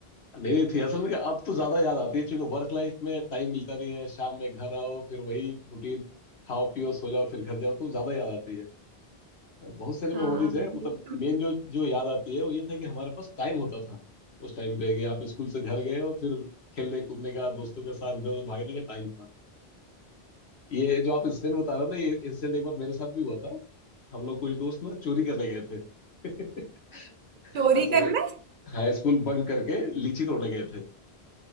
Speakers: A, on the left; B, on the right.
A: नहीं नहीं थी असल में क्या, अब तो ज्यादा याद आती है क्योंकि वर्क लाइफ में टाइम मिलता नहीं है शाम में घर आओ फिर वही रूटीन खाओ पियो सो जाओ फिर घर जाओ तो ज्यादा याद आती है बहुत सारी
B: हाँ
A: मेमोरीज
B: वही
A: है मतलब मेन जो जो याद आती है वो ये था कि हमारे पास टाइम होता था उस टाइम पे कि आप स्कूल से घर गए और फिर खेलने कूदने का दोस्तों के साथ इधर उधर भागने का टाइम था ये जो आप इंसिडेंट बता रहे हो ना ये इंसिडेंट एक बार मेरे साथ भी हुआ था हम लोग कुछ दोस्त ना चोरी करने गए थे <laughs>
B: चोरी
A: असल
B: करना
A: में हाँ स्कूल बंक करके लीची तोड़ने गए थे